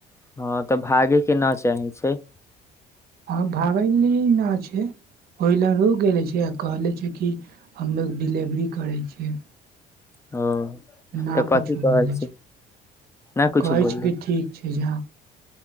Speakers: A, on the left; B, on the right.
A: ह तऽ भागे केँ न चाही छैय।
B: है भागलिय न छै ओहि लए रुक गेले छिय कहले छै कि हमलोग डिलेवरी करै छियै।
A: <unintelligible>
B: नहि
A: तऽ कथी
B: किुछो
A: कहल
B: बोलै
A: छै
B: छैय <inaudible>
A: नहि कुछो
B: कहै
A: बोलली
B: छै कि ठीक छैय जा